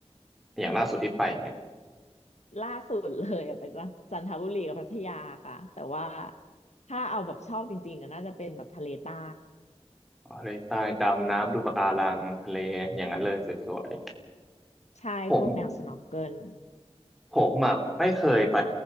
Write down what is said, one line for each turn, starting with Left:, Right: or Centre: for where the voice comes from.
Centre: อย่างล่าสุดที่ไปเนี่ย
Left: ล่าสุดเลยอะไปจันจันทบุรีกับพัทยาค่ะแต่ว่าถ้าเอาแบบชอบจริงๆอะน่าจะเป็นแบบทะเลใต้
Centre: ทะเลใต้ดำน้ำดูปะการังทะเลอย่างนั้นเลยสวย
Left: ใช่พวกแนวสน็อกเกิล
Centre: ๆผมผมอ่ะไม่เคยไป